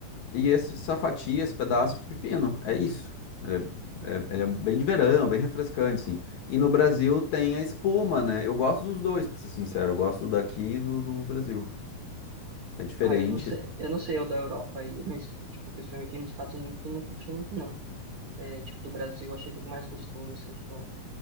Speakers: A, on the left (about 60°); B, on the right (about 55°).
A: e esse safati, esse pedaço de pepino. É isso. Ele é, é- ele é bem de verão, bem refrescante, sim. E no Brasil tem a espuma, né? Eu gosto dos dois, pra ser sincero. Eu gosto daqui e do, do Brasil. É diferente.
B: Ah, eu não sei, eu não sei o da Europa aí, mas tipo, o que eu experimentei nos Estados Unidos eu não curti muito não. É, tipo, do Brasil eu achei bem mais gostoso assim, tipo,